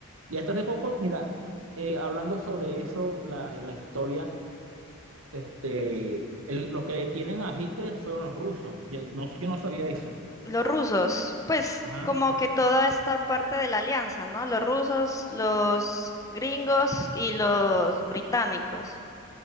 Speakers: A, on the right; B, on the left.
A: Y hasta hace poco, mira, eh, hablando sobre eso, la, la historia, este, el- lo que detienen a Hitler fueron los rusos. Yo no, yo no sabía eso.
B: Los rusos, pues
A: Ajá.
B: como que toda esta parte de la alianza, ¿no? Los rusos, los gringos y los británicos,